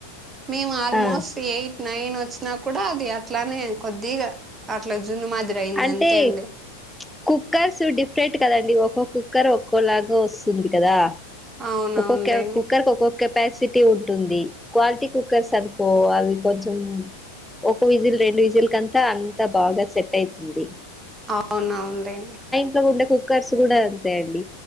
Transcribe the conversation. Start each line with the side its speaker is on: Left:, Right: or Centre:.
Right: మేము ఆల్మోస్ట్
Centre: ఆ
Right: ఎయిట్. నైన్ వచ్చినా కూడా అది అట్లానే కొద్దిగా అట్లా జున్ను మాదిరి. అయింది
Centre: అంటే
Right: అంతే అండి
Centre: ప్చ్ కుక్కర్సు డిఫరెంట్ కదండి ఒక్కో కుక్కర్ ఒక్కోలాగ వస్తుంది కదా.
Right: అవునవునులేండి
Centre: ఒక్కకొక్కా కుక్కర్ ఒక్కొక్ కెపాసిటీ ఉంటుంది క్వాలిటీ కుక్కర్స్ అనుకో అవి కొంచం. ఒకో విజిల్ రెండు విజిల్ కంతా అంత బాగా సెట్ అయితుంది
Right: అవునా ఉంది
Centre: తు ఉండే కుక్కర్స్ కూడా అంతే అండి